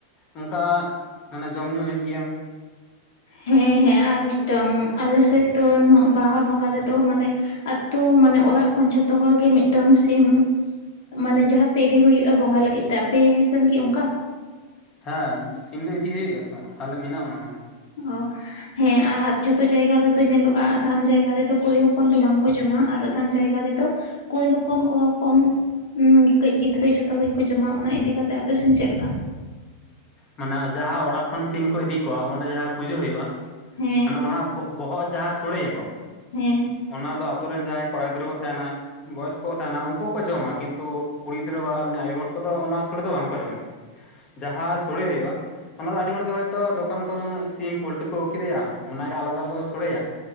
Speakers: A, on the left (about 20°); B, on the left (about 75°).
A: ᱚᱱᱠᱟ ᱢᱟᱱᱮ ᱡᱚᱢ ᱧᱩ ᱦᱩᱭᱩᱜ ᱜᱮᱭᱟ᱾
B: ᱦᱮᱸ ᱦᱮᱸ ᱟᱨ ᱢᱤᱫᱴᱟᱝ ᱟᱞᱮᱥᱮᱫ ᱫᱚ ᱵᱟᱦᱟ ᱵᱚᱸᱜᱟ ᱨᱮᱫᱚ ᱢᱟᱱᱮ ᱟᱛᱳ ᱢᱟᱱᱮ ᱚᱲᱟᱜ ᱠᱷᱚᱱ ᱡᱷᱚᱛᱚ ᱦᱚᱲᱜᱮ ᱢᱤᱫᱴᱟᱝ ᱥᱤᱢ ᱢᱟᱱᱮ ᱡᱟᱦᱟᱸᱛᱮ ᱤᱫᱤ ᱦᱩᱭᱩᱜᱭᱼᱟ ᱵᱚᱸᱜᱟ ᱞᱟᱹᱜᱤᱫ ᱛᱮ ᱟᱯᱮ ᱥᱮᱱ ᱠᱤ ᱚᱱᱠᱟ?
A: ᱦᱮᱸ ᱥᱤᱢ ᱫᱚ ᱤᱫᱤ ᱦᱩᱭᱩᱜ ᱜᱮᱭᱟ ᱛᱚ ᱟᱞᱮ ᱢᱮᱱᱟᱜ ᱚᱱᱟ ᱦᱚᱸ᱾
B: ᱚ ᱦᱮᱸ ᱟᱨ ᱡᱷᱚᱛᱚ ᱡᱟᱭᱜᱟ ᱨᱮᱫᱚ ᱧᱮᱞᱚᱜᱼᱟ ᱟᱫᱷᱟᱱ ᱡᱟᱭᱜᱟ ᱨᱮᱫᱚ ᱠᱩᱲᱤ ᱦᱚᱯᱚᱱ ᱫᱚ ᱵᱟᱝ ᱠᱚ ᱡᱚᱢᱟ ᱟᱨ ᱟᱫᱷᱟᱱ ᱡᱟᱭᱜᱟ ᱨᱮᱫᱚ ᱠᱩᱲᱤ ᱦᱚᱯᱚᱱ ᱠᱚᱲᱟ ᱦᱚᱯᱚᱱ ᱠᱟᱹᱡ ᱜᱤᱫᱽᱨᱟᱹ ᱡᱷᱚᱛᱚ ᱦᱚᱲ ᱜᱮᱠᱚ ᱡᱚᱢᱟ, ᱚᱱᱟ ᱤᱫᱤᱠᱟᱛᱮ ᱠᱟᱛᱮᱜ ᱟᱯᱮᱥᱮᱱ ᱪᱮᱫ ᱞᱮᱠᱟ?
A: ᱢᱟᱱᱮ ᱡᱟᱦᱟᱸ ᱚᱲᱟᱜ ᱠᱷᱚᱱ ᱥᱤᱢᱠᱩ ᱤᱫᱤ ᱠᱚᱣᱟ ᱚᱸᱰᱮ ᱡᱟᱦᱟᱸ ᱯᱩᱡᱟᱹ ᱦᱩᱭᱩᱜᱼᱟ
B: ᱦᱮᱸ
A: ᱢᱟᱱᱮ ᱚᱱᱟ ᱵᱚᱦᱚᱜ ᱡᱟᱦᱟᱸ ᱥᱚᱲᱮᱭᱟᱠᱚ᱾
B: ᱦᱮᱸ
A: ᱚᱱᱟ ᱫᱚ ᱟᱛᱩ ᱨᱮᱱ ᱡᱟᱦᱟᱸᱭ ᱠᱚᱲᱟ ᱜᱤᱫᱽᱨᱟᱹ ᱠᱚ ᱛᱟᱦᱮᱱᱟ᱾ ᱵᱚᱭᱮᱥ ᱠᱚ ᱛᱟᱦᱮᱱᱟ ᱩᱱᱠᱩ ᱠᱩ ᱡᱚᱢᱟ ᱠᱤᱱᱛᱩ ᱠᱩᱲᱤ ᱜᱤᱫᱽᱨᱟᱹ ᱵᱟ ᱟᱭᱩ ᱦᱚᱲ ᱠᱚᱫᱚ ᱚᱱᱟ ᱥᱩᱲᱟᱹ ᱫᱚ ᱵᱟᱝᱠᱚ ᱡᱚᱢᱟ᱾ ᱡᱟᱦᱟᱸ ᱥᱳᱲᱮ ᱦᱩᱭᱩᱜᱼᱟ ᱚᱱᱟ ᱫᱚ ᱟᱹᱰᱤ ᱦᱚᱲᱜᱮ ᱦᱚᱭᱛᱳ ᱫᱚᱠᱟᱱ ᱠᱷᱚᱱ ᱥᱤᱢ ᱯᱳᱞᱴᱤ ᱠᱚ ᱟᱹᱜᱩ ᱠᱮᱫᱮᱭᱟ ᱚᱱᱟᱜᱮ ᱟᱞᱟᱫᱟ-ᱟᱞᱟᱫᱟ ᱠᱚ ᱥᱳᱚᱲᱮᱭᱟ᱾